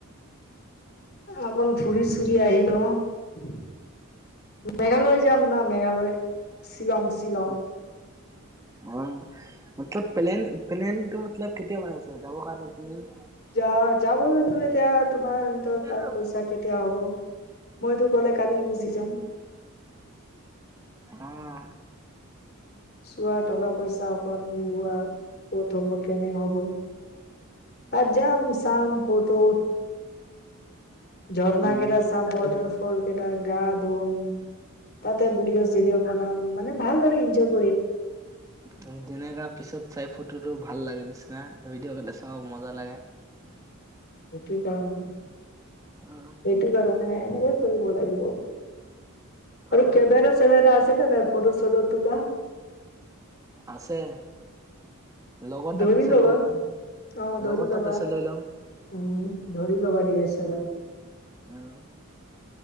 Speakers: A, on the left; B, on the right.
A: অকন ফুৰি-চুৰি আহিলো। অ মেঘালয় যাম না, মেঘালয় শ্বিলং- শ্বিলং
B: অহ অ মতলপ পলেন পেনেলটো মতলপ কেতিয়া বনাইছে? যাবৰ কাৰণে পেনেল
A: যা যাবলৈতো এতিয়া তোমাৰ তাত
B: অ
A: পইচা কেতিয়া হ'ব। মইতো গ'লে কালি গুজি যাম।
B: আহ।
A: চোৱা টকা-পইচা অক মিলোৱা ক'ত হব, কেনে হব তাত যাম, চাম ফট উ। ঝৰ্ণা
B: উম
A: কেইটা চাম, ৱাটাৰ ফল কেইটা, গা ধুম তাতে ভিডিঅ- চিডিঅ বনাম, মানে ভালদৰে এনজয়
B: উম যেনেকা পিছত চাই ফটোটো ভাল লাগে নিচিনা। ভিডিঅ' কটা চাও মজা লাগে।
A: সেইটো কাৰণে,
B: অ
A: সেইটো কাৰণে এনেকৈ কৰিব লাগিব। আৰু
B: অ
A: কেমেৰা - চেমেৰা আছে ন নাই? ফটটো চটটো তুলা।
B: আছে। লগৰ তাত
A: দৌৰি
B: আছে
A: দাব
B: লৈ
A: <unintelligible>
B: ল'ম
A: অ
B: লগৰ
A: ধৰি
B: তাত
A: লবা,
B: আছে লৈ ল'ম
A: উম ধৰি লগা ডি এছ এল
B: আহ।